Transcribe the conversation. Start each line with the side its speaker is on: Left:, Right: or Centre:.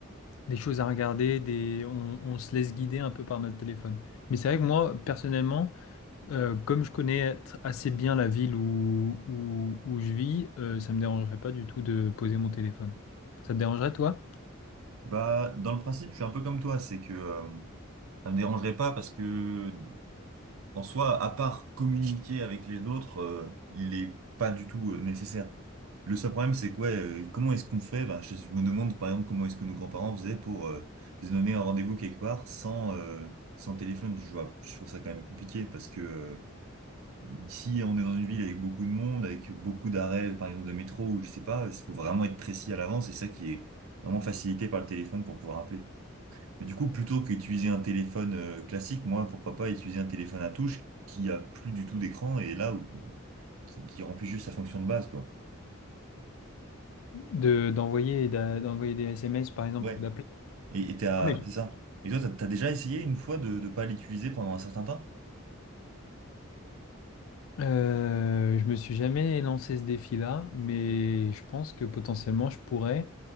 Left: des choses à regarder, des, on, on se laisse guider un peu par notre téléphone. Mais c'est vrai que moi, personnellement, euh, comme je connais t- assez bien la ville où, où, où je vis, euh, ça me dérangerait pas du tout de poser mon téléphone. Ça te dérangerait, toi,
Right: Bah, dans le principe, je suis un peu comme toi. C'est que euh, ça me dérangerait pas parce que En soi, à part communiquer avec les autres, euh, il est pas du tout euh, nécessaire. Le seul problème, c'est quoi, comment est-ce qu'on fait? Bah, je, je me demande, par exemple, comment est-ce que nos grands-parents faisaient pour euh, se donner un rendez-vous quelque part sans, euh, sans téléphone. Je vois, je trouve ça quand même compliqué parce que euh, si on est dans une ville avec beaucoup de monde, avec beaucoup d'arrêts, par exemple, de métro, ou je sais pas, il faut vraiment être précis à l'avance. C'est ça qui est vraiment facilité par le téléphone pour pouvoir appeler. Mais du coup, plutôt qu'utiliser un téléphone euh, classique, moi, pourquoi pas utiliser un téléphone à touche qui a plus du tout d'écran et là où qui, qui remplit juste sa fonction de base, quoi.
Left: de, d'envoyer, et d'a- d'envoyer des SMS, par exemple,
Right: Ouais.
Left: ou d'appeler?
Right: Et et t'as,
Left: Non, mais-
Right: c'est ça. Et toi, t'as, t'as déjà essayé une fois de ne pas l'utiliser pendant un certain temps?
Left: Euh, je me suis jamais lancé ce défi-là, mais je pense que potentiellement je pourrais.